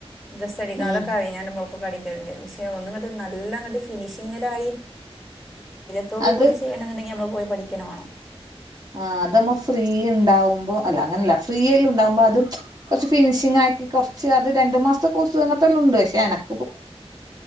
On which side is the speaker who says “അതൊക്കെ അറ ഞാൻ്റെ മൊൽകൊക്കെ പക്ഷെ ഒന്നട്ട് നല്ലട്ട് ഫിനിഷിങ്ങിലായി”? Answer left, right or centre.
Centre